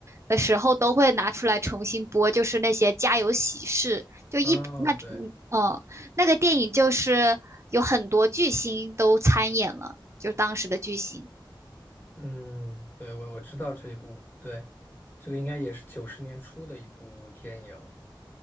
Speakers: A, on the right (about 35°); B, on the left (about 25°).
A: 的时候都会拿出来重新播，就是那些家有喜事，就一那嗯哦，
B: 哦，对，
A: 那个电影就是有很多巨星都参演了，就是当时的巨星。
B: 嗯，对，我我知道这一部，对，这个应该也是九十年初的一部电影。